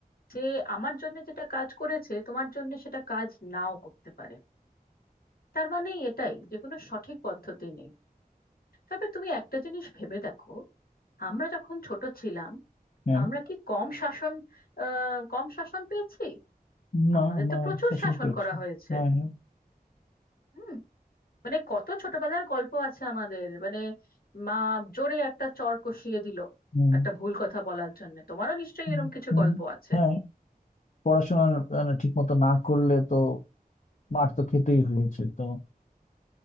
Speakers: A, on the left; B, on the left.
A: যে আমার জন্য যেটা কাজ করেছে তোমার জন্য সেটা কাজ নাও করতে পারে তার মানে এটাই যে কোনো সঠিক পদ্ধতি নেই তবে তুমি একটা জিনিস ভেবে দেখো আমরা যখন ছোট ছিলাম
B: হ্যাঁ
A: আমরা কি কম শাসন আহ কম শাসন পেয়েছি
B: না
A: আমাদের
B: আমরা
A: তো প্রচুর
B: শাসন
A: শাসন
B: পেয়েছি
A: করা হয়েছে
B: হ্যাঁ হ্যাঁ
A: হুম মানে কত ছোটবেলার গল্প আছে আমাদের মানে মা জোরে একটা চড় কষিয়ে দিল
B: হুম
A: একটা ভুল কথা বলার জন্য তোমারও নিশ্চয়ই
B: হুম
A: এরকম কিছু
B: হুম,
A: গল্প আছে
B: হ্যাঁ পড়াশোনা আহ, ঠিক মতো না করলে তো মার তো খেতেই হয়েছে তো